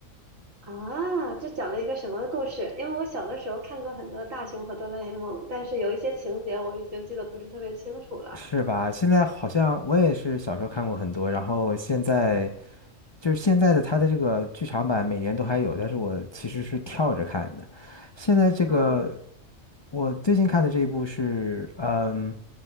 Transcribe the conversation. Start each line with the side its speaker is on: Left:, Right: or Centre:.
Right: 啊，这讲了一个什么故事？因为我小的时候看过很多《大雄和哆啦 A 梦》，但是有一些情节我已经记得不是特别清楚了。
Left: 是吧？现在好像我也是小时候看过很多，然后现在就是现在的它的这个剧场版每年都还有，但是我其实是跳着看的。现在这个
Right: 啊，
Left: 我最近看的这一部是，嗯。